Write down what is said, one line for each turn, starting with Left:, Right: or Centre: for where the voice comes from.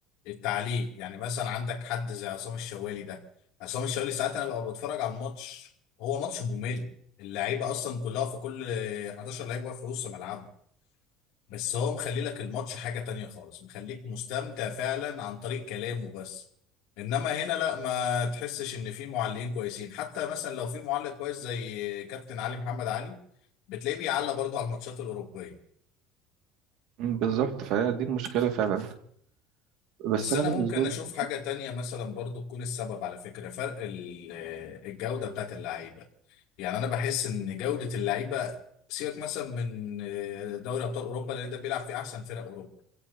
Left: التعليق يعني مثلا عندك حد زي عصام الشوالي ده عصام الشوالي ساعات أنا ببقى بتفرج على الماتش هو ماتش ممل اللعيبة أصلا كلها في كل 11 لعيب واقف في نص ملعبهم بس هو مخلي لك الماتش حاجة تانية خالص مخليك مستمتع فعلا عن طريق كلامه بس انما هنا لا ما تحسش ان في معلقين كويسين حتى مثلا لو في معلق كويس زي كابتن علي محمد علي بتلاقيه بيعلق برضه على الماتشات الأوروبية
Right: مم، بالظبط فهي دي المشكلة فعلا بس
Left: بس
Right: أنا
Left: انا
Right: بالنسبة
Left: ممكن اشوف
Right: لي
Left: حاجة تانية مثلا برضه تكون السبب على فكرة فرق ال- الجودة بتاعت اللعيبة يعني انا بحس ان جودة اللعيبة سيبك مثلا من دوري ابطال اوروبا لان ده بيلعب فيه احسن فرق اوروبا